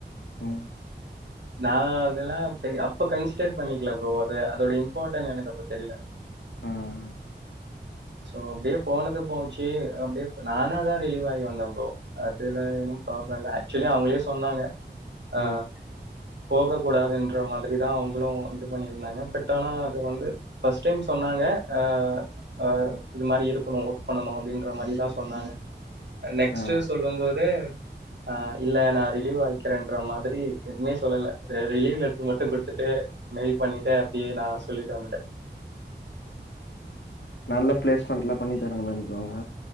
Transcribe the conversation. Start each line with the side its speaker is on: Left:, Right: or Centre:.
Left: ம்
Right: நா அதெல்லா பெரிய அப்ப கன்சிடர் பண்ணிக்கல ப்ரோ அது அதோட இம்பார்ட்டன் எனக்கு அப்ப தெரியல
Left: ம்
Right: சோ அப்டியே போனது போச்சு அப்டியே நானாதா ரிலிவாகி வந்த ப்ரோ அதுல ப்ராப்ளம் இல்ல ஆக்சுவலி அவங்களே சொன்னாங்க ஆ
Left: ம்
Right: போகக் கூடாதுன்ற மாதிரிதா அவங்களு இது பண்ணியிருந்தாங்க பட் ஆனா அது வந்து ஃபஸ்ட் டைம் சொன் னாங்க அ அ இது மாரி இருக்கணு ஒர்க் பண்ணணு அப்படின்ற மாரிதா சொன்னாங்க. நெக்ஸ்ட்
Left: ஆ
Right: சொல்லும் போது ஆ இல்ல நா ரிலீவ் ஆகிக்கிறேன்ற மாதிரி எதுவுமே சொல்லல ர ரிலீவ் லெட்டர் மட்டு குடுத்துட்டு மெயில் பண்ணிட்டு அப்டியே நா சொல்லிட்டு வந்துட்டே
Left: நல்ல பிளேஸ்மெண்ட்ல்லா பண்ணி தருவாங்கலாங் ப்ரோ அவங்க